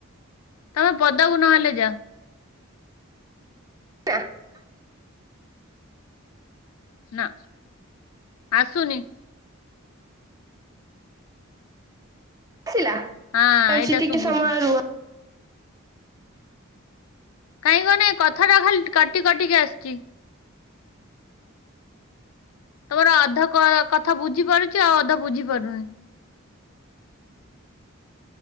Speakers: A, on the left; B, on the right.
A: ତମେ ପଦାକୁ ନହେଲେ ଯାଅ।
B: <inaudible>
A: ନା ଆସୁନି।
B: ଆସିଲା
A: ହଁ ଏଇଟା
B: <unintelligible> ଟିକେ
A: ଶୁଭୁଛି।
B: ସମୟ ରୁହ।
A: କାହିଁକି କହନି କଥାଟା ଖାଲ କଟି କଟିକି ଆସୁଛି। ତୋର ଅଧ କ-କଥା ବୁଝିପାରୁଛି ଆଉ ଅଧ ବୁଝି ପାରୁନି।